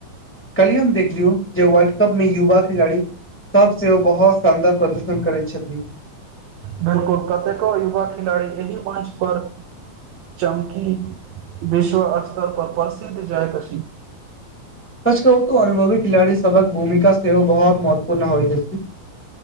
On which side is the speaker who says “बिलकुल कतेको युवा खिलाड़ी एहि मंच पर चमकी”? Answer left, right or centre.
Right